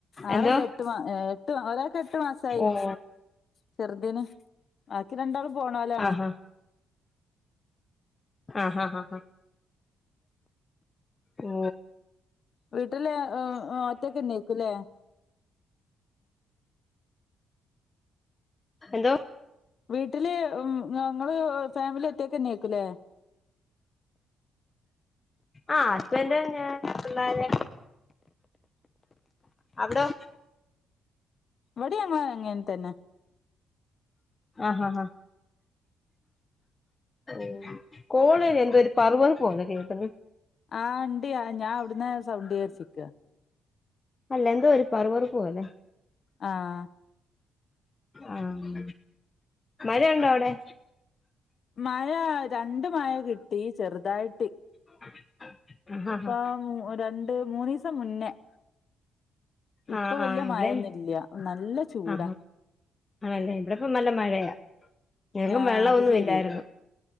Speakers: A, on the left; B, on the left.
A: ആറല്ലേ
B: എന്തോ
A: എട്ടു മാ എട്ട് ഒരാൾക്ക് എട്ടു മാസായി
B: ഓ
A: ചെറുതിന് ബാക്കി രണ്ടാളും പോണോലാണ്
B: ആഹ് ആ ഹാ ഹാ ഹാ ഓ
A: വീട്ട്ല് ആ ആ ഒറ്റക്കെനേക്കുല്ലേ
B: എന്തോ
A: വീട്ട്ല് ഞങ്ങള് ഫാമിലി ഒറ്റക്കന്നെക്കുല്ലേ
B: ആ ഹസ്ബന്റ് ഞാന് പിള്ളേര് അവ്ടോ
A: ഇവ്ടിം ഞങ്ങള് അങ്ങൻ തന്നെ
B: ഹാ ഹാ ഉം കോളിൽ എന്തോ പറ്പറുപ്പു പോലെ കേക്ക്ന്ന്
A: ആ ഇണ്ട് ഞാ വ്ട്ന്നാ സൗണ്ട് ചാരിച്ച്നിക്കാ
B: അല്ല എന്തോ ഒരു പറുപറുപ്പ് പോലെ
A: ആഹ്-
B: ആഹ് മഴ ഒണ്ടോ അവിടെ?
A: മഴ രണ്ട് മഴ കിട്ടി ചെറുതായിട്ട്-
B: <inaudible> ആഹ്
A: ഇപ്പം രണ്ട് മൂന്നീസം മുന്നേ- ഇപ്പൊ
B: ആ
A: വല്യ
B: ആ ഇവിടെ
A: മഴൊന്നുംല്ല നല്ല ചൂടാ
B: ആ ആണല്ലേ ഇവിടിപ്പം നല്ല മഴയാ ഞങ്ങൾക്കും
A: ആഹ്
B: വെള്ളം
A: അത്
B: ഒന്നും
A: ശരി
B: ഇല്ലായിരുന്ന്